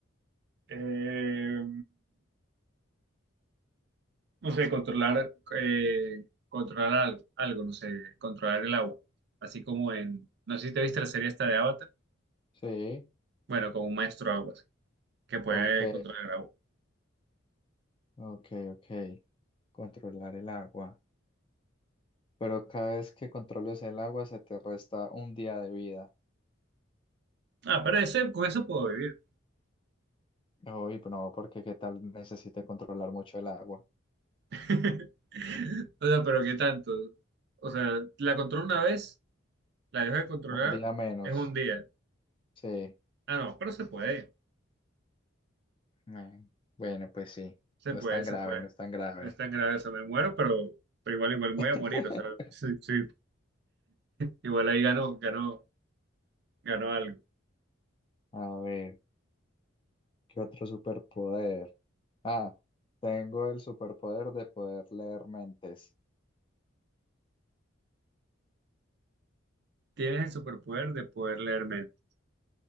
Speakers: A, on the right; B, on the left.
A: Eh, no sé, controlar, eh, controlar al- algo, no sé, controlar el agua. Así como en, no sé si te viste la serie esta de Avatar,
B: Sí,
A: bueno, como un maestro agua, así, que puede
B: ok,
A: controlar el agua.
B: ok, ok. Controlar el agua. Pero cada vez que controles el agua se te resta un día de vida.
A: Ah, pero ese, con eso puedo vivir.
B: Uy, no, porque qué tal necesite controlar mucho el agua.
A: <laughs> O sea, pero ¿qué tanto? O sea, la controlo una vez, la dejo de controlar,
B: Un día menos.
A: es un día.
B: Sí.
A: Ah, no, pero se puede.
B: Mm, Bueno, pues sí.
A: Se
B: No
A: puede,
B: es tan
A: se
B: grave,
A: puede.
B: no es tan grave.
A: No es tan grave, o sea, me muero, pero, pero igual, igual voy
B: <laughs>
A: a morir, o sea, sí, sí. Igual ahí ganó, ganó, ganó algo.
B: A ver, ¿qué otro superpoder? Ah, tengo el superpoder de poder leer mentes.
A: Tienes el superpoder de poder leer mente.